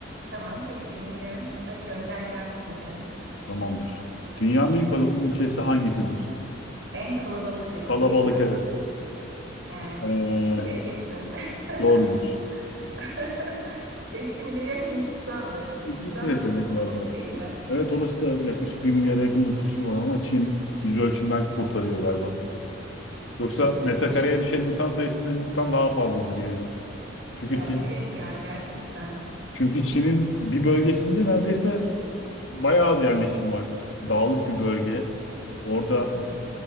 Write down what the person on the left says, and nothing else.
Tamamdır. Dünyanın en kalabalık ülkesi hangisidir?
Kalabalık
evet.
Ee,
doğrudur.
İki,
iki seçenek
var zaten.
Evet orası da yaklaşık bir milyara yakın nüfusu var ama Çin yüz ölçümden kurtarıyor galiba. Yoksa
metrekareye düşen insan sayısında Hindistan daha fazladır yani. Çünkü
Çin,
çünkü Çin'in bir bölgesinde neredeyse bayağı az yerleşim var. Dağlık bir bölge. Orada